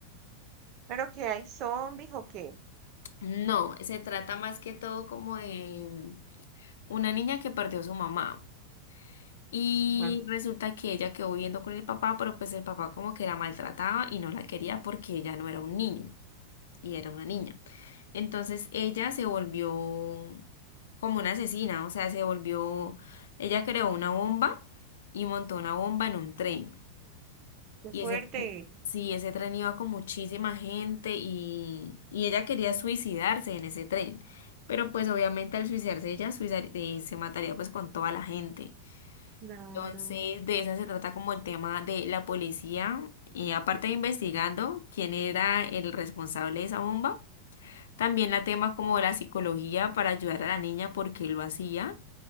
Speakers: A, on the right; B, on the left.
A: ¿Pero que hay zombies o qué?
B: no, se trata más que todo como de una niña que perdió a su mamá. Y
A: Ajá.
B: resulta que ella quedó viviendo con el papá, pero pues el papá como que la maltrataba y no la quería porque ella no era un niño. y era una niña. Entonces ella se volvió como una asesina, o sea, se volvió, ella creó una bomba y montó una bomba en un tren.
A: Qué
B: Y
A: fuerte.
B: ese tren, sí, ese tren iba con muchísima gente y, y ella quería suicidarse en ese tren. Pero pues obviamente al suicidarse ella suicidar- eh, se mataría pues con toda la gente.
A: Claro,
B: Entonces, de esa se trata como el tema de la policía, eh, aparte de investigando quién era el responsable de esa bomba, también la tema como de la psicología para ayudar a la niña porque lo hacía.